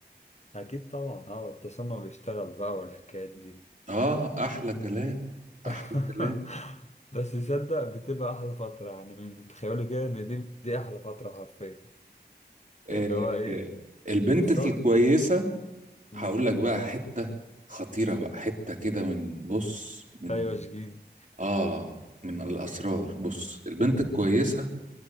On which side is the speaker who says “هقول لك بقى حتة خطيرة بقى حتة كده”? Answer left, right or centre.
Right